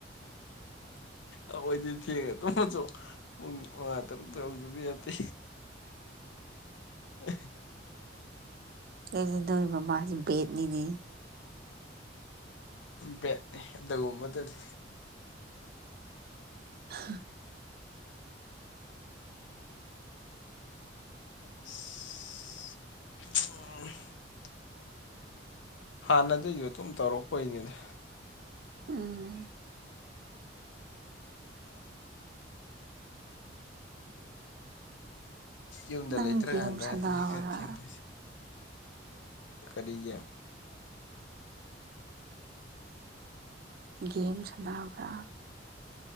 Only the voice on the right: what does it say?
<inaudible>
ꯑꯩꯅ ꯅꯣꯏ ꯃꯃꯥꯁꯦ ꯕꯦꯠꯅꯤꯅꯦ
<inaudible>
ꯎꯝ
ꯅꯪ
ꯒꯦꯝ ꯁꯥꯟꯅꯕ꯭ꯔꯥ
ꯒꯦꯝ ꯁꯥꯅꯕ꯭ꯔ